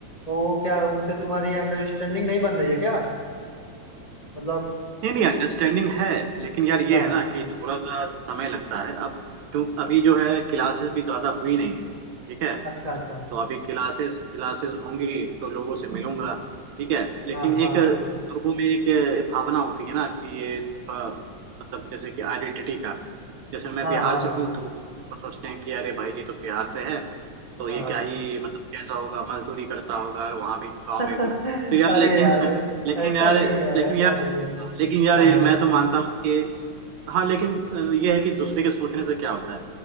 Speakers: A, on the left (about 30°); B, on the right (about 75°).
A: तो वो क्या उनसे तुम्हारी अंडरस्टैंडिंग नहीं बन रही है क्या मतलब
B: नहीं नहीं अंडरस्टैंडिंग है लेकिन यार ये
A: हाँ
B: है ना कि थोड़ा सा समय लगता है अब क्यों अभी जो है क्लासेस भी ज्यादा हुई नहीं है ठीक है
A: अच्छा अच्छा
B: तो अभी क्लासेस क्लासेस होंगी तो लोगों से मिलूंगा ठीक है लेकिन
A: हाँ हाँ
B: एक लोगों में एक भावना होती है ना कि ये थोड़ा मतलब जैसे कि आइडेंटिटी का जैसे मैं
A: हाँ
B: बिहार
A: हाँ
B: से हूँ तो वो सोचते हैं कि अरे भाई ये तो बिहार से है तो
A: हाँ
B: ये क्या ही मतलब कैसा होगा मजदूरी करता होगा वहां भी गाँव
A: <laughs>
B: में भी तो यार
A: अरे
B: लेकिन
A: यार
B: <laughs> लेकिन
A: ऐसा
B: यार
A: नहीं है
B: लेकिन
A: ऐसा
B: यार
A: नहीं है
B: लेकिन यार
A: हाँ
B: ये मैं तो मानता हूँ कि हाँ लेकिन अ, ये है कि दूसरे के सोचने से क्या होता है